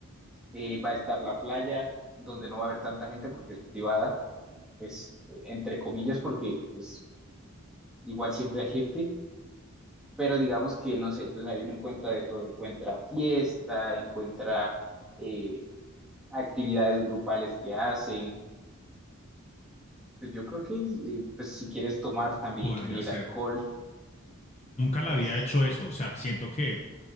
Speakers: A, in the centre; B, on the left.
A: Eh, va a estar la playa, donde no va a haber tanta gente porque es privada, pues eh, entre comillas, porque pues igual siempre hay gente, pero digamos que no sé, pues ahí uno encuentra de todo, encuentra fiesta, encuentra... eh, actividades grupales que hacen, Pues yo creo que eh, pues si quieres tomar también
B: podría
A: incluye el
B: ser.
A: alcohol.
B: Nunca
A: Es
B: la había hecho eso, o sea, siento que